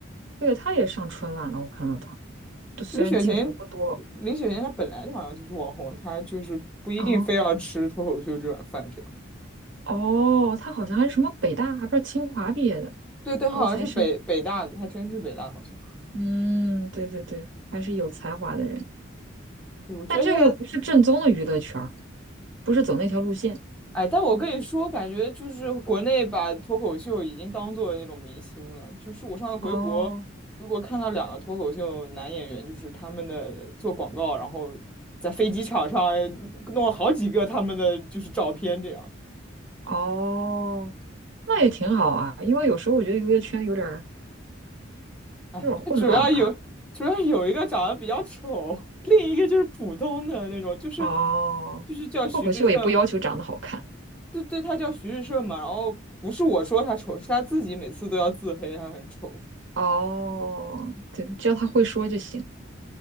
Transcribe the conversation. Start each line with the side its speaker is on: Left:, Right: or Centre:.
Right: 对，她也上春晚了，我看到她，对虽然镜头不多。
Centre: 李雪琴，李雪琴她本来就好像就是网红，她就是不一定非要吃脱口秀这碗饭这样。
Right: 哦哦，她好像还是什么北大，还不是清华毕业的
Centre: 对对，她好像是北北大的，
Right: 高材生。
Centre: 她真是北大的，好像。
Right: 嗯，对对对，还是有才华的人，
Centre: 对，我觉得她的
Right: 但这个又不是正宗的娱乐圈儿，不是走那条路线。
Centre: 哎，但我跟你说，感觉就是国内把脱口秀已经当做那种明星了。就是我上次回国，
Right: 哦
Centre: 回国看到两个脱口秀男演员，就是他们的做广告，然后在飞机场上弄了好几个他们的就是照片，这样。
Right: 哦，那也挺好啊，因为有时候我觉得娱乐圈有点儿
Centre: 哎，
Right: 有点儿混乱吧。
Centre: 那主要有主要有一个长得比较丑，另一个就是普通的那种，就是
Right: 哦，
Centre: 就是叫徐志胜，
Right: 脱口秀也不要求长得好看。
Centre: 对对，他叫徐志胜嘛。然后不是我说他丑，是他自己每次都要自黑，他很丑。
Right: 哦，对，只要他会说就行，